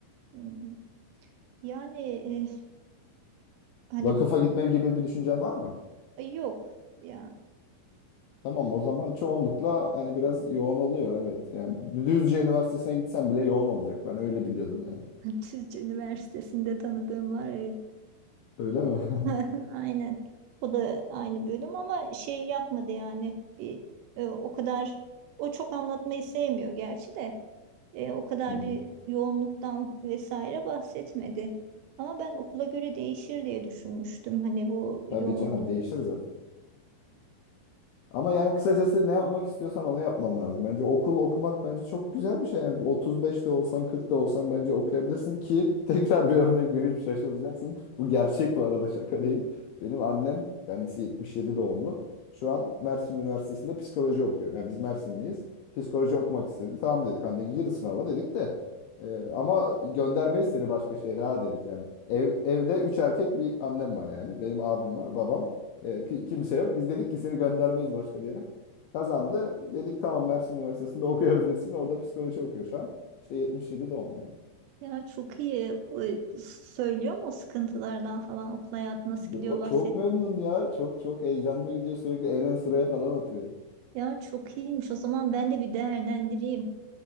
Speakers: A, on the right (about 80°); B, on the left (about 80°).
A: hmm, yani e, hani
B: Vakıfa gitme gibi bir düşüncen var mı?
A: yok ya.
B: Tamam o zaman çoğunlukla hani biraz yoğun oluyor evet. Yani Düzce Üniversitesi'ne gitsem bile yoğun olacak. Ben öyle biliyorum yani.
A: Çizci Üniversitesi'nde tanıdığım var evet.
B: Öyle mi? <laughs>
A: <laughs> Aynen. O da aynı bölüm ama şey yapmadı yani bir e, o kadar o çok anlatmayı sevmiyor gerçi de e, o kadar
B: Hmm.
A: bir yoğunluktan vesaire bahsetmedi. Ama ben okula göre değişir diye düşünmüştüm. Hani bu yoğunluk
B: Tabii canım değiştiririz. Ama yani kısacası ne yapmak istiyorsan onu yapman lazım. Bence okul okumak bence çok güzel bir şey. Yani 35'te olsan 40'ta olsan bence okuyabilirsin ki <laughs> tekrar bir örnek vereyim şaşıracaksın. Bu gerçek bu arada şaka değil. Benim annem kendisi 77 doğumlu. Şu an Mersin Üniversitesi'nde psikoloji okuyor. Yani biz Mersinliyiz. Psikoloji okumak istedi. Tamam dedik anne gir sınava dedik de. Ee, ama göndermeyiz seni başka şehre ha dedik yani. Ev, evde 3 erkek bir annem var yani. Benim abim var babam. E, ki- kimse yok. Biz dedik ki seni göndermeyiz başka bir yere. Kazandı. Dedik tamam Mersin Üniversitesi'nde <laughs> okuyabilirsin. Orada psikoloji okuyor şu an. İşte 77 doğumlu yani.
A: ya çok iyi o, söylüyor mu o sıkıntılardan falan okul hayatı nasıl
B: Yo,
A: gidiyor bahset.
B: çok memnun ya. Çok çok heyecanlı gidiyor. Sürekli en ön sıraya falan oturuyor.
A: Ya çok iyiymiş o zaman ben de bir değerlendireyim